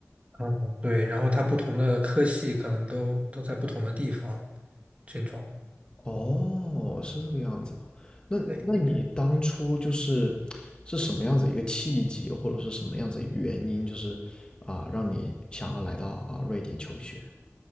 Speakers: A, on the right; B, on the left.
A: 嗯，对，然后它不同的科系可能都都在不同的地方。这种。
B: 哦，是这个样子的。那那你当初就是
A: 对，
B: 是什么样子一个契机，或者是什么样子的原因，就是啊，让你想要来到啊瑞典求学？